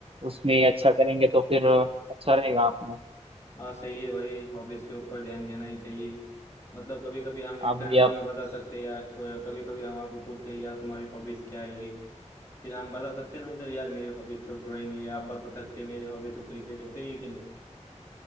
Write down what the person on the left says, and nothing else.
हाँ सही है भाई हॉबीज के ऊपर ध्यान देना ही चाहिए मतलब कभी कभी हम इंटरव्यू
में
बता सकते हैं यार कभी कभी हमारे को पूछते हैं यार तुम्हारी हॉबीज क्या है ये फिर हम बता सकते हैं ना उधर यार मेरी हॉबीज तो ड्राइंग है आप बता सकते हैं मेरी हॉबी तो क्रिकेट है सही है कि नहीं